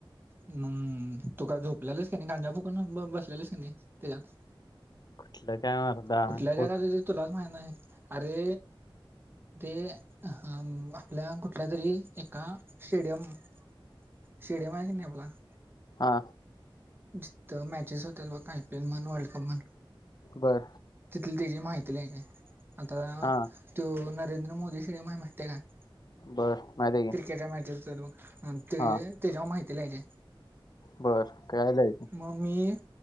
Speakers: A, on the right; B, on the left.
A: हम्म तु का झोपलेलंस कनी गांजा फुकून बसलेलेस कनी त्याच्यात.
B: कुठलं? काय मर्दा
A: कुठल्या जगात
B: होत
A: ये ते तुलाच माहीत. नाही अरे ते हम्म आपल्या कुठल्या तरी एका स्टेडियम <inaudible> शेडियम आहे की नाही आपला. <inaudible>
B: हा
A: जिथं मॅचेस होत्यात बघ आयपीएल म्हण वर्ल्ड कप म्हण.
B: बर
A: तिथली तेची माहिती ती लई नाहीत. अता
B: हा
A: त्यो <unintelligible> नरेंद्र मोदी शेडीयम हाय माहिती आहे काय?
B: बर माहिती आहे
A: क्रिकेटच्या
B: की
A: माहितीच <unintelligible> ते
B: हा
A: त्याच्या माहिती तिला हे घे.
B: बर काय? जायचं
A: मग मी